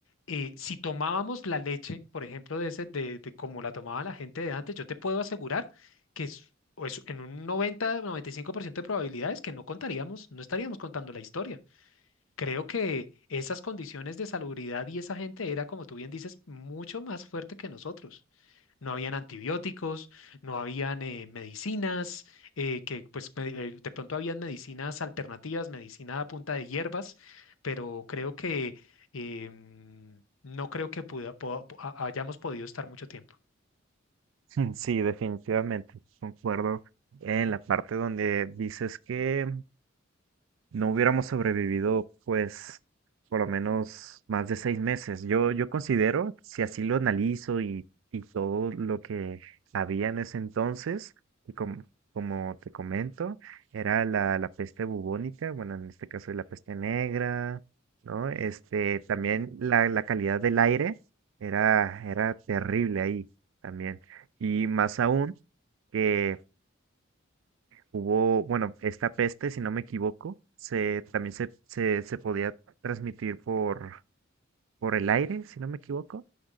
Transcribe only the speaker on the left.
eh, si tomábamos la leche, por ejemplo, de, ese, de, de como la tomaba la gente de antes, yo te puedo asegurar que es, o es en un noventa, noventa y cinco por ciento de probabilidades que no contaríamos, no estaríamos contando la historia. Creo que esas condiciones de salubridad y esa gente era, como tú bien dices, mucho más fuerte que nosotros no habían antibióticos, no habían eh, medicinas, eh, que pues me- eh, de pronto habían medicinas alternativas, medicina a punta de hierbas, pero creo que em, no creo que puda- po- po- ha- hayamos podido estar mucho tiempo.